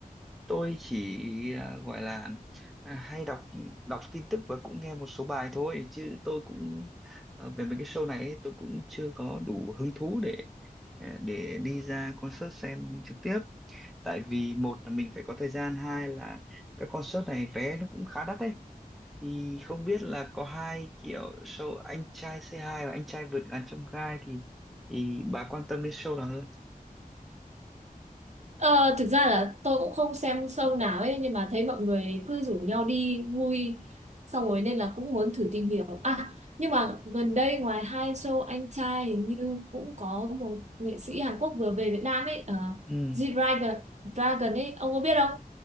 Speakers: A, in the centre; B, on the right.
A: tôi chỉ à, gọi là à, hay đọc đọc tin tức và cũng nghe một số bài thôi chứ tôi cũng ờ, về mấy cái show này ấy, tôi cũng chưa có đủ hứng thú để à, để đi ra concert xem trực tiếp tại vì một là mình phải có thời gian hai là các concert này vé nó cũng khá đắt đấy Thì không biết là có hai kiểu show anh trai C2 và anh trai vượt ngàn chông gai thì thì bà quan tâm đến show nào hơn?
B: Ờ, thực ra là tôi cũng không xem show nào ấy nhưng mà thấy mọi người cứ rủ nhau đi vui xong rồi nên là cũng muốn thử tìm hiểu. À, nhưng mà gần đây ngoài hai show anh trai hình như cũng có một nghệ sĩ Hàn Quốc vừa về Việt Nam ấy, uh,
A: Ừ,
B: G-Dragon Dragon ấy, ông có biết không?